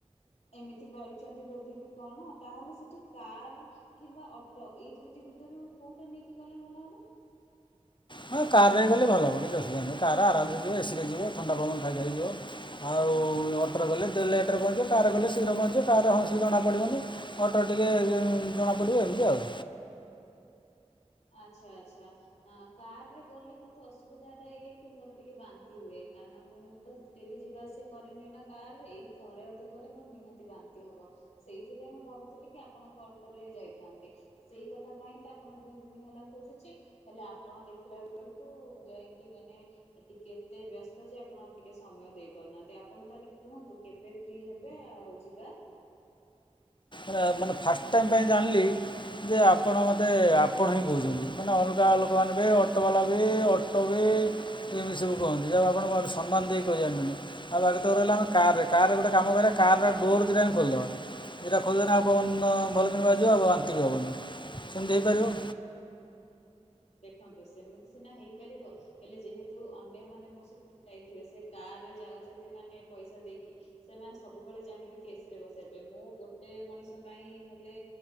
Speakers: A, on the left; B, on the left.
A: ଏମିତି କରିଛନ୍ତି ବୋଧେ କି କଣ ତାହେଲେ ସେଠି କାର କିମ୍ବା ଅଟ ତ ଏଇ ଦୁଇଟି ଭିତରୁ କେଉଁଟା ନେଇକି ଗଲେ ଭଲ ହେବ।
B: ହଁ କାରରେ ହେଇ ଗଲେ ଭଲ ହବ କିଛି ଅୁବିଧା ନାହି କ ଆରାମେ ଯିବ ଏସି ଲାଗିଯିବ ଥଣ୍ଡା ପବନ ଖାଇକ ହେଇଯିବ। ଆଉ ଅଟୋର ଗଲେ ଲେଟ୍ରେ ପହଞ୍ଚିବ କାର ଗଲେ ଶୀଘ୍ର ପହଞ୍ଚିବ କାର ହଣ ସୁବଧା ଜଣାପଡ଼ିବନି। ଅଟୋ ଟିକେ ଜଣା ପଡିବ ଏମ କି ଆଉ।
A: ଆଚ୍ଛା ଆଚଛା। କାର ରେ ଗଲେ କିନ୍ତୁ ଅସୁବିଧା ଟା ଇଏ କି ମୋର ଟିକେ ବାନ୍ତି ହୁଏ କାର ମୁଁ ତ ଡେଲି ଯିବା ଆସ କରିରେନି ନା କାର୍ ଏଇ ଥରେ ଅଧେ ଗଲେ ମୋର ନିହାତି ବାନ୍ତି ହବ। ସେଇଥିପାଇଁ ମୁଁ ଭାବୁଥିଲି କି ଆପଣଙ୍କ ଅଟୋରେ ଯାଇଥାନ୍ତି ସେଇ କଥା ପାଇଁ ତ ଆପଣ ଦୁଇ ଦିନ ହେଲା ଖୋଜୁଛି ହେଲେ ଆପଣ ଦେଖିଲା ବେଳକୁ ଯାଇକି ମାନେ ଟିକେ ଏତେ ବ୍ୟସ୍ତ ଯେ ଆପଣ ଟିକେ ସମୟ ଦେଇପାରୁନାହାନ୍ତି ଆପଣ ତାହେଲେ କୁହନ୍ତୁ? କେବେ ଫ୍ରି ହେବେ ଆଉ ଯିବା।
B: ମ ମାନେ ଫାଷ୍ଟ ଟାଇମ୍ ପାଇଁ ଜାଣିଲି ଯେ ଆପଣ ମୋତେ ଆପଣ ହିଁ କହୁଛନ୍ତି ମାନେ ଅଲଗା ଲୋକମାନେ ବି ଅଟୋ ବାଲା ବି ବି ଏମିତି ସବୁ କୁନ୍ତି ଯାହା ଆପଣ ସମ୍ମାନ ଦେଇ କହିଦନ୍ତିନି। ଆଉ ବାକି ତୋ ରହିଲ ଆମ କାର କାରରେ ଗୋଟେ କାମ କରିବା କାର ଡୋର ଦଟାେ ଖୋଲିଦବା। ଏଇଟା ଖୋୋଲିଦେ ଆଉ ପବନ ଭଲ କିଣ ବାିବ ଆଉ ଆନ୍ତିିକ ହେବନି କେମିତି ହେଇପାରିବ।
A: ଦେଖନ୍ତୁ ସେମିତି ସିନା ହେଇପାରିବ ହେଲେ ଯେହେତୁ ଅନ୍ୟମାନୋନ ମୋ ସହିତ ଯାଇଥିବେ ସେ କାର ରେ ଯାଉଛନ୍ତି ମାନେ ପଇସା ଦେଇକି ସେମାନେ ସବୁବେଳେ ଚାହିଁବେ କି ଏସିରେ ବସିବା ପାଇଁ ମୋ ଗୋଟେ ମଣିଷ ପାଇଁ ହେଲେ